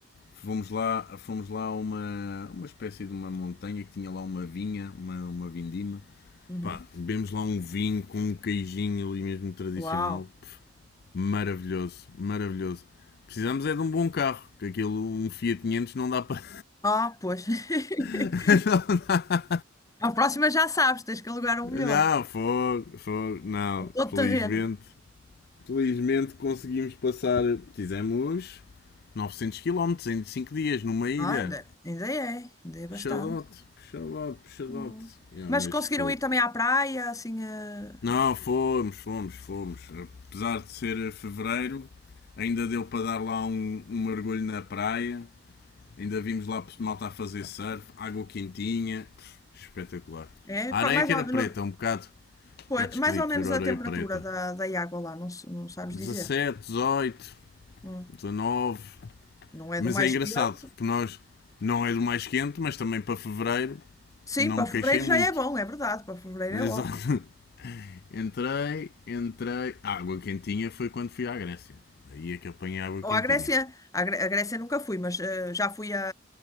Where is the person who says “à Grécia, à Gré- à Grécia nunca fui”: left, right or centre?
Left